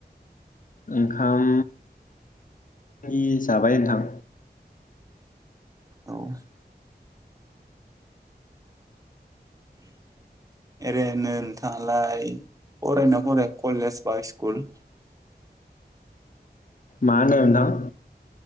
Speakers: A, on the left; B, on the right.
A: ओंखाम नि जाबाय नोंथां।
B: औ ओरैनो नोंथाङालाय फरायो ना फराया कलेज बा स्कुल।
A: मा होनदों नोंथां?